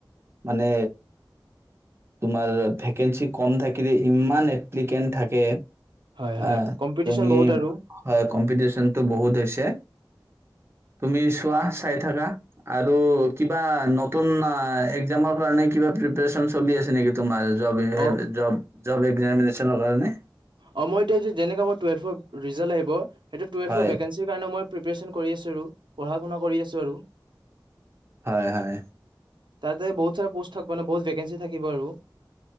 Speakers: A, on the right; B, on the right.
A: মানে তোমাৰ ভেকেঞ্চি কম থাকিলে, ইমান এপ্লিকেণ্ট থাকে‌
B: হয় হয়
A: অ',
B: কম্পিটিচন
A: তুমি।
B: বহুত আৰু
A: হয়, কম্পিটিশ্যন কিন্তু বহুত হৈছে। তুমি চোৱা, চাই থাকা আৰু
B: উম
A: কিবা নত নতুন, আ, এক্সামৰ কাৰণে কিবা প্ৰিপাৰেশ্যন চলি আছে নেকি তোমাৰ? জব। এই
B: অ
A: জব জব এক্সামিনেশ্যনৰ কাৰণে
B: অ', মই এতিয়া যি, যেনেকৈ মই টুৱেলভৰ ৰিজাল্ট আহিব সেইটো টুৱেলভৰ
A: হয়
B: ভেকেঞ্চিৰ কাৰণে মই প্ৰিপাৰেশ্যন কৰি আছোঁ আৰু পঢ়া-শুনা কৰি আছোঁ আৰু
A: হয়, হয়।
B: তাতে বহুত চাৰা প'ষ্ট থাকোঁ। মানে, বহুত ভেকেঞ্চি থাকিব আৰু